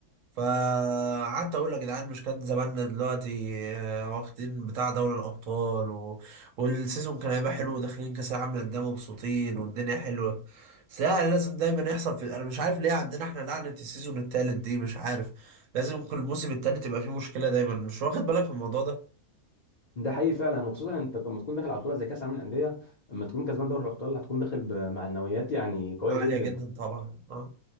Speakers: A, on the right; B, on the left.
A: فقعدت اقول يا جدعان مش كان زماننا دلوقتي آه، واخدين بتاع دوري الابطال و... والسيزون كان هيبقى حلو وداخلين كاس العالم للانديه مبسوطين والدنيا حلوه بس لا لازم دايما يحصل في انا مش عارف ليه عندنا احنا لعنه السيزون التالت دي مش عارف لازم كل موسم التالت يبقى فيه مشكله دايما مش واخد بالك من الموضوع ده
B: ده حقيقي فعلا وخصوصا انت لما تكون داخل على بطوله زي كاس العالم للانديه لما تكون كسبان دوري الابطال هتكون داخل بمعنويات يعني قويه
A: عاليه
B: جدا
A: جدا طبعا اه